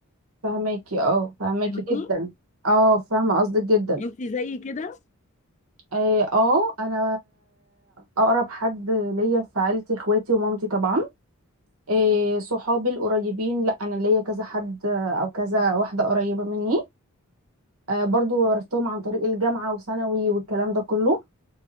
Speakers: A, on the right (about 80°); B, on the left (about 35°).
A: فهماكي اه فهماكي
B: فاهماني
A: جدا اه فاهمه قصدك جدا
B: انتي زي كده
A: اه آه، انا اقرب حد ليا في عيلتي اخواتي ومامتي طبعا آه، صحابي القريبين لا انا ليا كذا حد آه، او كذا واحده قريبه مني آه، برضو عرفتهم عن طريق الجامعه وثانوي والكلام ده كله